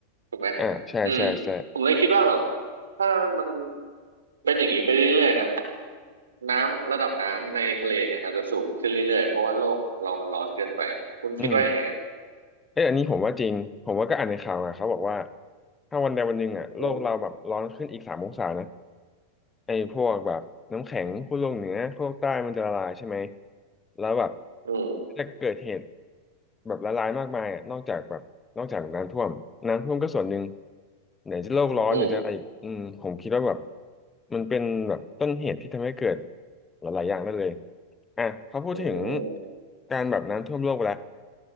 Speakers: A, on the right (about 70°); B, on the left (about 15°).
A: ถูกไหม
B: อ่าใช่ใช่ใช่
A: อืมผมเลยคิดว่าแบบถ้ามันเป็นอย่างนี้ไปเรื่อยๆนะน้ำระดับน้ำในทะเลเนี่ยอาจจะสูงขึ้นเรื่อยๆเพราะว่าโลกเรามันร้อนเกินไปคุณคิดว่ายังไง
B: อืมเอ้ยอันนี้ผมว่าจริงผมว่าก็อ่านในข่าวมาเขาบอกว่าถ้าวันใดวันหนึ่งอ่ะโลกเราแบบร้อนขึ้นอีกสามองศานะ
A: อืม
B: ไอ้พวกแบบน้ำแข็งขั้วโลกเหนือขั้วโลกใต้มันจะละลายใช่ไหม แล้วแบบ
A: อืม
B: ก็จะเกิดเหตุแบบละลายมากมายอ่ะนอกจากแบบนอกจากน้ำท่วมน้ำท่วมก็ส่วนหนึ่งไหนจะโลกร้อนไหนจะอะไรอีกอืมผมคิดว่าแบบ
A: อืม
B: มันเป็นแบบต้นเหตุที่ทำให้เกิดหลายๆอย่างได้เลยอ่ะพอพูดถึง
A: อืม
B: การแบบน้ำท่วมโลกไปแล้ว